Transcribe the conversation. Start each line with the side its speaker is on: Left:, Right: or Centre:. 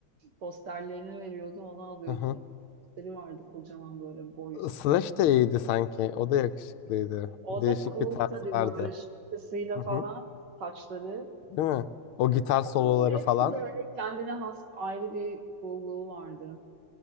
Right: posterlerini veriyordu onu alıyordum.
Left: Hı hı.
Right: Onun Posteri vardı kocaman böyle boy üstünde.
Left: Slash de iyiydi sanki. O da yakışıklıydı.
Right: O
Left: Değişik
Right: da cool
Left: bir tarzı
Right: tabii
Left: vardı.
Right: böyle şapkasıyla
Left: Hı
Right: falan
Left: hı.
Right: saçları.
Left: Değil mi? O
Right: Yani
Left: gitar
Right: O
Left: soloları
Right: grubun hepsi
Left: falan.
Right: böyle kendine has ayrı bir coolluğu vardı.